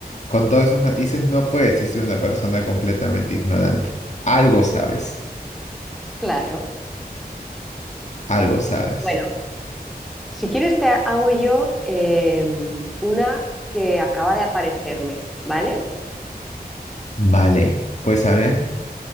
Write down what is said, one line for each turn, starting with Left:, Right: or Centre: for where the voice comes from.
Left: con todos esos matices, no puede existir una persona completamente ignorante. Algo sabes,
Centre: Claro.
Left: algo sabes.
Centre: Bueno, si quieres te hago yo em, una que acaba de aparecerme, ¿vale?
Left: Vale, pues a ver.